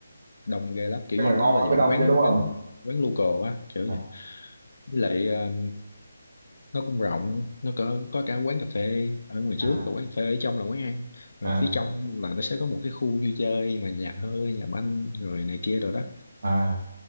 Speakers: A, on the left; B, on the right.
A: đông ghê lắm kiểu
B: tức
A: như
B: là
A: nó
B: ngon
A: là
B: nó
A: dạng
B: mới đông
A: quán
B: chứ đúng
A: quán
B: không
A: quán local á kiểu
B: à
A: vậy với lại ờ, nó cũng rộng nó có có cả quán cà phê ở ngoài
B: à
A: trước và quán cà phê ở trong là quán ăn rồi
B: à,
A: phía
B: à.
A: trong là nó sẽ có một cái khu vui chơi mà nhà hơi nhà banh rồi này kia rồi đó
B: à.